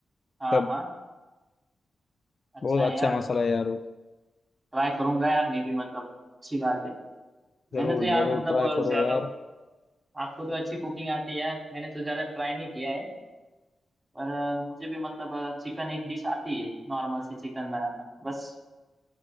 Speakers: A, on the right (about 25°); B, on the left (about 50°).
A: हाँ
B: तब
A: हाँ अच्छा
B: बहुत
A: है
B: अच्छा
A: यार मतलब
B: मसाला है यार वो
A: ट्राई करूंगा यार मैं भी मतलब अच्छी बात है मैंने
B: जरूर
A: तो यार
B: जरूर
A: मतलब
B: ट्राई
A: अ,
B: करो
A: ज्यादा
B: यार
A: आपको तो अच्छी कुकिंग आती है यार मैंने तो ज्यादा ट्राई नहीं किया है पर अ, मुझे भी मतलब चिकन एक डिश आती है नॉर्मल सी चिकन बनाना बस